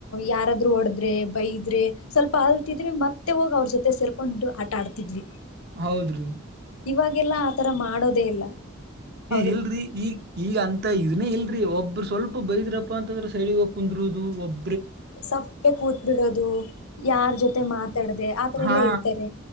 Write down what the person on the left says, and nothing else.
ಯಾರಾದ್ರು ಒಡದ್ರೆ ಬೈದ್ರೆ ಸ್ವಲ್ಪ ಅಲ್ತಿದ್ರೆ ಮತ್ತೆ ಹೋಗ ಅವ್ರ ಜೊತೆ ಸೇರ್ಕೊಂಡು ಆಟ ಆಡ್ತಿದ್ವಿ
ಇವಾಗೆಲ್ಲಾ ಆತರ ಮಾಡೋದೇ ಇಲ್ಲ ಅವ್ರು.
ಸಪ್ಪೆ ಕೂತ್ ಬಿಡೋದು ಯಾರ್ ಜೊತೆ ಮಾತಾಡ್ದೆ ಆತರ
ಎಲ್ಲ ಇರ್ತಾರೆ